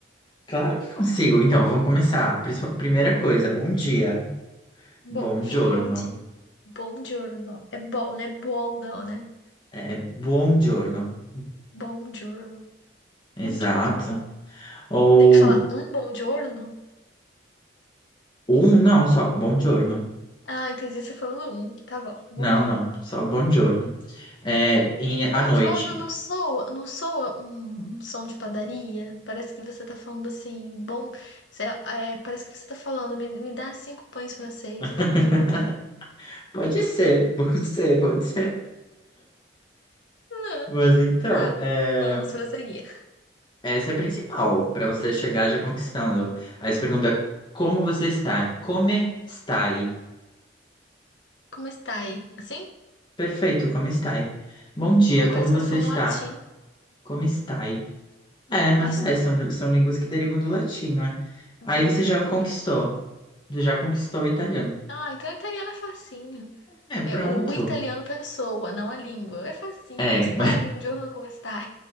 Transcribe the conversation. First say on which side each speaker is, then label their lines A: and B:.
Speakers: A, on the left; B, on the left.
A: Claro que consigo. Então, vamos começar. Princip- Primeira coisa, bom dia.
B: Bo
A: Bom giorno.
B: bonde? Buongiorno. É bom, né? Bom não, né?
A: É, buon giorno.
B: Buongiorno.
A: Exato.
B: Buongiorno.
A: Ou
B: Tem que falar um buongiorno?
A: um, não, só bom giorno.
B: Ah, entendi você falando um. Tá bom. Buongiorno.
A: Não, não, só bom giorno. É, em, à
B: Buongiorno
A: noite.
B: não soa, não soa um, um som de padaria? Parece que você tá falando assim, bom... cê- é, parece que você tá falando, me, me dá cinco pães francês.
A: <laughs>
B: Buongiorno.
A: Pode ser, pode ser, pode ser.
B: Ah,
A: Mas então,
B: Tá.
A: é,
B: Vamos prosseguir.
A: essa é a principal, para você chegar já conquistando. Aí você pergunta, como você está? Come stai?
B: Como está aí? Assim?
A: Perfeito, como stai? Bom dia,
B: Não
A: como
B: parece
A: você
B: que eu tô falando
A: está?
B: latim,
A: Como stai? É, mas
B: mas...
A: é, são, são línguas que derivam do latim, né?
B: Como
A: Aí
B: está?
A: você já conquistou.
B: Como
A: Você já conquistou o italiano.
B: Ah, então o italiano é facinho.
A: É, pronto.
B: É, o, o italiano pessoa, não a língua. É facinho.
A: É,
B: Você falar um bom giorno, é como está?